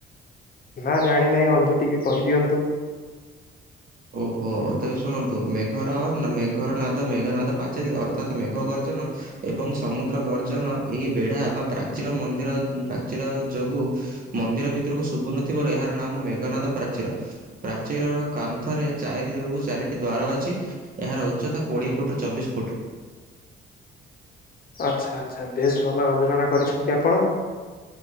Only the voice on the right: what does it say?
ଓହୋ ତେବେ ଶୁଣନ୍ତୁ ମେଘର ନା ମେଘର ନାଦ ମେଘ ନାଦ ପାଚେରୀ ଅର୍ଥାତ ମେଘ ଗର୍ଜନ ଏବଂ ସମୁଦ୍ର ଗର୍ଜନ ଏହି ବେଢା ବା ପ୍ରାଚୀର ମନ୍ଦିର ଉଁ ପ୍ରାଚୀର ଯୋଗୁଁ ମନ୍ଦିର ଭିତରକୁ ଶୁଭୁନଥିବାରୁ ଏହାର ନାମ ମେଘନାଦ ପ୍ରାଚୀର। ପ୍ରାଚୀରର କା ଥରେ ଚାରିଟି ଦିଗକୁ ଚାରିଟି ଦ୍ୱାର ଅଛି। ଏହାର ଉଚ୍ଚତା କୋଡ଼ିଏ ଫୁଟରୁ ଚବିଶ ଫୁଟ୍।